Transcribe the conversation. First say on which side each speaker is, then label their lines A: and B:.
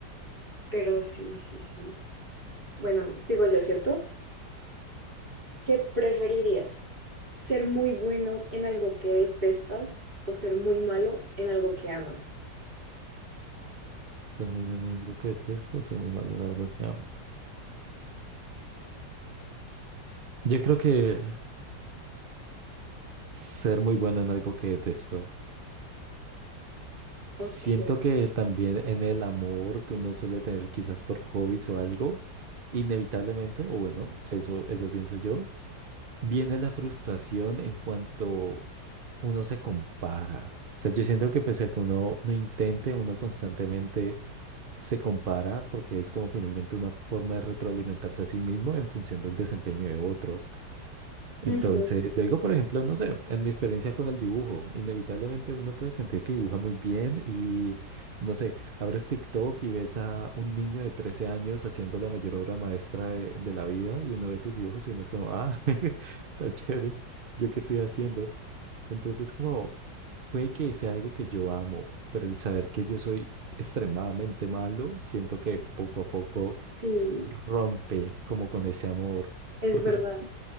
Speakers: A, on the right; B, on the right.
A: Pero sí, sí, sí. Bueno, sigo yo, ¿cierto? ¿Qué preferirías? ¿Ser muy bueno en algo que detestas o ser muy malo en algo que amas?
B: Ser muy bueno en algo que detesto, ser muy malo en algo que amo. Yo creo que ser muy bueno en algo que detesto. Siento
A: Ok.
B: que también en el amor que uno suele tener quizás por hobbies o algo, inevitablemente, o bueno, eso, eso pienso yo, viene la frustración en cuanto uno se compara. O sea, yo siento que pese a que uno no intente, uno constantemente se compara porque es como finalmente una forma de retroalimentarse a sí mismo en función del desempeño de otros. Entonces,
A: Ujú,
B: digo, por ejemplo, no sé, en mi experiencia con el dibujo, inevitablemente uno puede sentir que dibuja muy bien y, no sé, abres TikTok y ves a un niño de 13 años haciendo la mayor obra maestra de, de la vida y uno ve sus dibujos y uno es como, ah, <laughs> tan chévere, ¿yo qué estoy haciendo? Entonces, como, puede que sea algo que yo amo, pero el saber que yo soy extremadamente malo, siento que poco a poco
A: Sí,
B: rompe como con ese amor,
A: es
B: porque
A: verdad.
B: pues